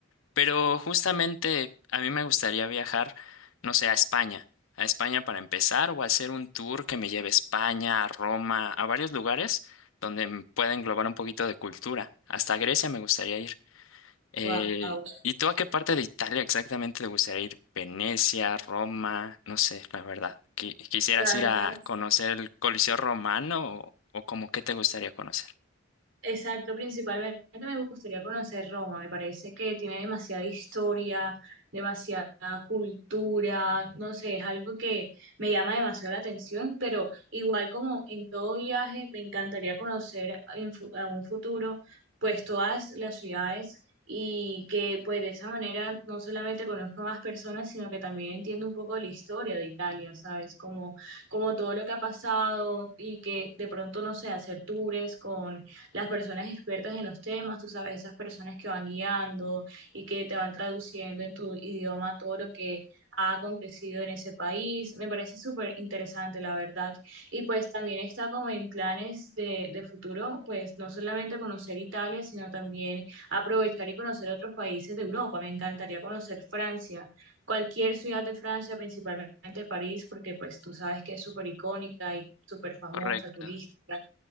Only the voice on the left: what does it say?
pero justamente a mí me gustaría viajar, no sé, a España. A España para empezar o hacer un tour que me lleve a España, a Roma, a varios lugares donde pueda englobar un poquito de cultura. Hasta Grecia me gustaría ir. Eh,
¿y tú a qué parte de Italia exactamente te gustaría ir? Venecia, Roma, no sé, la verdad. Qui- ¿Quisieras
ir
a conocer el Coliseo Romano o, o como qué te gustaría conocer?
Correcto.